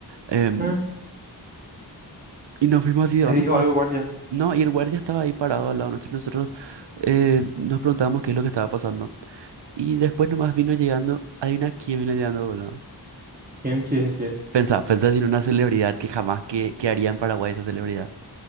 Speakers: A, on the right; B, on the right.
A: Em,
B: Ah,
A: y nos fuimos así de
B: Les
A: onda.
B: dijo
A: pa-
B: algo, guardia.
A: No, y el guardia estaba ahí parado al lado nuestro y nosotros eh, nos preguntábamos qué es lo que estaba pasando. Y después nomás vino llegando, adivina quién vino llegando, boludo.
B: ¿Quién, quién, quién?
A: Pensá, pensá en una celebridad que jamás que, que haría en Paraguay esa celebridad.